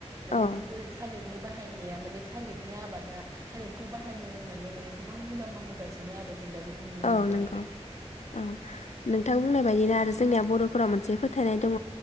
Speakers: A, on the right; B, on the left.
A: माने
B: औ
A: बेफोर नि बाहायनाया माने थालिरनि आबादा थालिरखौ बाहायनो रोंनानै माने गोबां मुलाम्फा होगासिनो आरो जों दा बेखौ नुनो
B: औ
A: मोनदों
B: नंगौ
A: आरो
B: औ नोंथां बुंनाय बायदिनो आरो जोंनिया बर'फोरा मोनसे फोथायनाय दङ।